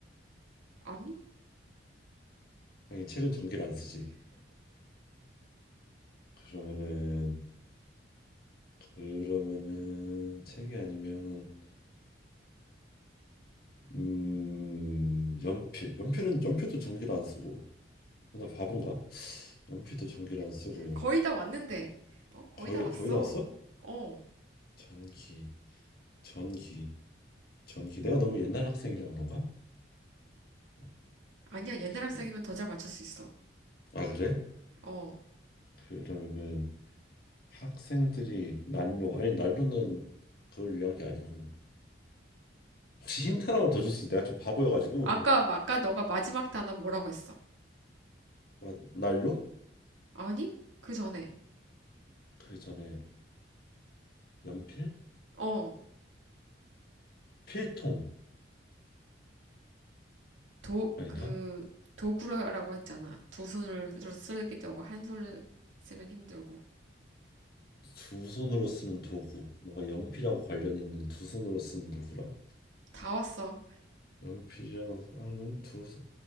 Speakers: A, on the right; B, on the left.
A: 아니,
B: 아니 책은 전기를 안 쓰지 그러면은 그러면은 책이 아니면 음 연필 연필은 연필도 전기를 안 쓰고 어, 나 바본가? 연필도 전기를 안 쓰고
A: 거의 다 왔는데. 어, 거의
B: 거의
A: 다 왔어.
B: 거의 다 왔어?
A: 어,
B: 전기 전기 전기 내가 너무 옛날 학생이라 그런가? 어.
A: 아니야. 옛날 학생이면
B: 이-
A: 더 잘 맞출 수 있어.
B: 아 그래?
A: 어.
B: 그러면은 학생들이 난로 아니 난로는 그걸 위한 게 아니고 혹시 힌트 하나만 더 줄 수 있어? 내가 좀 바보여가지고
A: 아까, 아까 너가 마지막 단어 뭐라고 했어?
B: <laughs> 아, 난로?
A: 아니, 그 전에.
B: 그 전에 연필?
A: 어.
B: 필통
A: 도,
B: 아닌가?
A: 그, 도구라고 했잖아. 두 손으로 쓰기도 하고, 한 손을 쓰면 힘들고.
B: 두 손으로 쓰는 도구 뭔가 연필하고 관련 있는 두 손으로 쓰는 도구라
A: 다 왔어.
B: 연필이랑 하는 두 손-